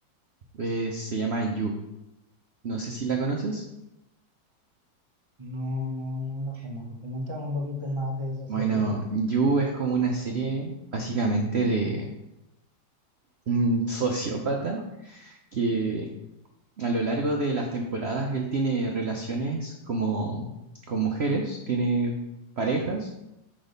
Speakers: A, on the right; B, on the right.
A: eh, se llama You. No sé si la conoces.
B: No, no, no la conozco. Coméntame un poquito más de esa
A: Bueno,
B: serie.
A: Mm. You es como una serie básicamente de un sociópata que a lo largo de las temporadas él tiene relaciones como con mujeres, tiene parejas,